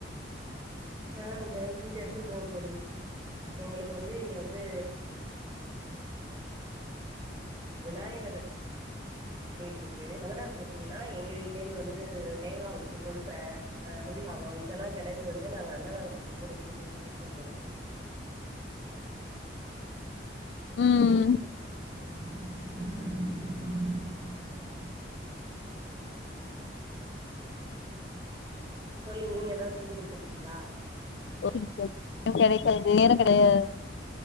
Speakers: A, on the right (about 25°); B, on the left (about 75°).
A: அ செஞ்சி எடுத்துட்டு போவோன் தோழி எங்களுக்கு வந்து இங்க வந்து விநாயகரு கோயில் இருக்கு அங்க த்தீங்கன்னா எங்க வீட்ல இருந்து வந்து தேங்காய் உடு கொடுப்பே ஆஹ் புளிசாதம் இதெல்லாம் கிளறி வந்து நாங்க அன்னதானத்துக்கு வந்து ரெடி பண்ணி கொண்டு கொடுப்போம் தோழி
B: உம்
A: இன்ஆடிபிள் தொழி நீங்க ஏதாவது செஞ்சு கொடுத்துருக்கீங்களா
B: <unintelligible> கிடைக் நேரம் கிடையாது